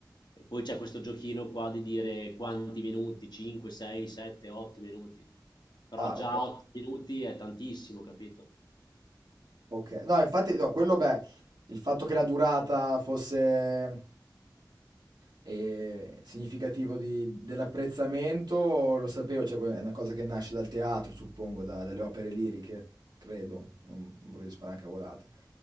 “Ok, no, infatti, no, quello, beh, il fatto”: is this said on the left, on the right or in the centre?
Right